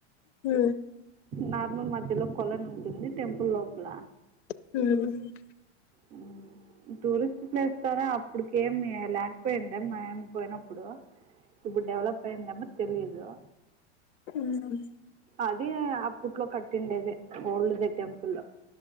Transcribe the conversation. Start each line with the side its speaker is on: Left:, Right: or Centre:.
Left: హ్
Right: నార్నూల్ మధ్యలో కొలన్ ఉంటుంది టెంపుల్ లోపల.
Left: హ్
Right: హ్ టూరిస్ట్ ప్లేస్ తరా అప్పుడుకేమి లేకపోయింది మాయమ్మి పోయినప్పుడు. ఇప్పుడు డెవలప్ అయిందెమో తెలియదు.
Left: హ్
Right: అది అప్పట్లో కట్టిండేదే ఓల్డ్ దే టెంపుల్.